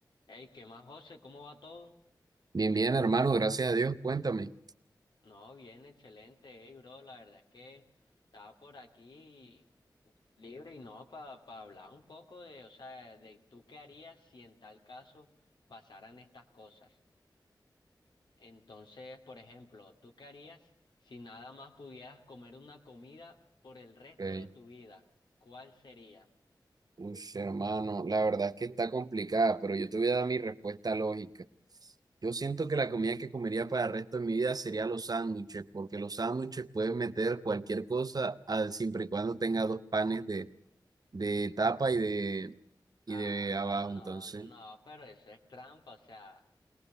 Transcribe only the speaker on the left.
Hey, ¿qué más, José? ¿Cómo va todo?
No, bien, excelente, hey, bro. La verdad es que estaba por aquí libre y no, para hablar un poco de, o sea, de tú qué harías si en tal caso pasaran estas cosas. Entonces, por ejemplo, ¿tú qué harías si nada más pudieras comer una comida por el resto
de tu vida? ¿Cuál sería?
Ah,
no,
no, pero eso es trampa, o sea.